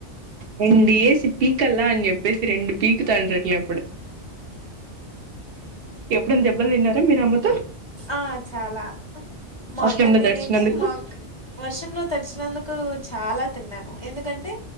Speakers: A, on the right; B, on the left.
A: రెండు ఏసి పీకల్ల అని చెప్పేసి రెండు పీకుతాండ్రి ఎప్పుడు ఎప్పుడన్న దెబ్బలు తిన్నారా మీరు అమ్మతో
B: ఆ చాలా మా
A: వర్షంలో
B: అక్కని నేనైతే
A: దడిచినందుకు
B: మా అక్క వర్షంలో తడిచినందుకు చాలా తిన్నాను ఎందుకంటే